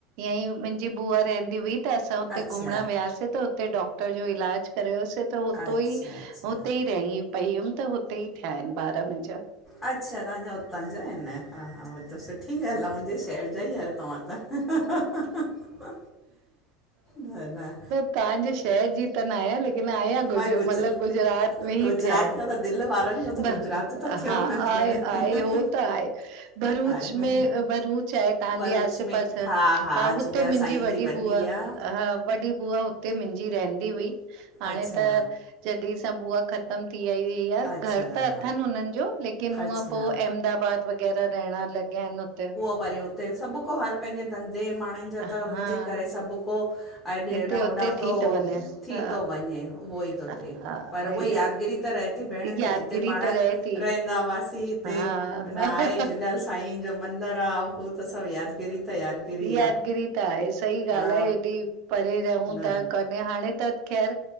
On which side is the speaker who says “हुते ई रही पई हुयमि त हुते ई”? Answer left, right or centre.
Right